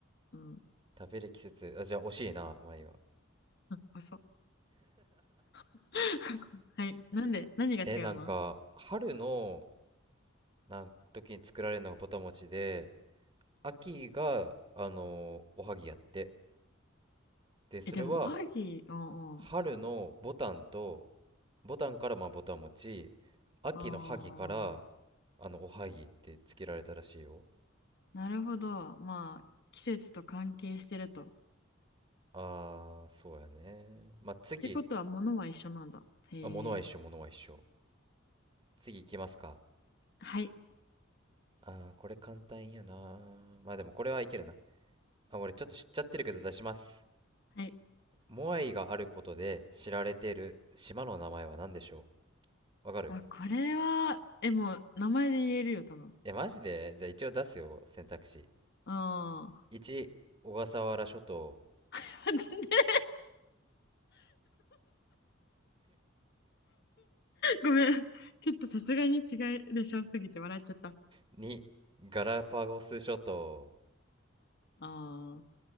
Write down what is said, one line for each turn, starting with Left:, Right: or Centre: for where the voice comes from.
Left: うん、
Right: 食べる季節。あ、じゃあ惜しいな、前は。
Left: 遅っ。<laughs> はい。なんで、何が違うの
Right: え、なんか、春の、なん時に作られるのがぼたもちで、秋が、あのーおはぎやって。で、それは、
Left: え、でも、おはぎ、うんうん。
Right: 春のぼたんと、ボタンからまあボタン持ち、秋の萩から
Left: ああ、
Right: あのおはぎってつけられたらしいよ。
Left: なるほど。まあ、季節と関係してると。
Right: あー、そうやね。まあ次、
Left: ってことは、物は一緒なんだ。へえ。
Right: あ、物は一緒、物は一緒。次行きますか。
Left: はい。
Right: あー、これ簡単やな。まあでもこれはいけるな。あ、俺ちょっと知っちゃってるけど出します。
Left: はい。
Right: モアイがあることで知られてる島の名前は何でしょうわかる
Left: あ、これは、え、もう、名前で言えるよ、多分。
Right: え、マジでじゃあ一応出すよ、選択肢。
Left: ああ。
Right: 1、小笠原諸島。
Left: <laughs> 待ってごめん。ちょっとさすがに違いでしょすぎて笑っちゃった。あ
Right: 2、ガラパゴス諸島。
Left: あ。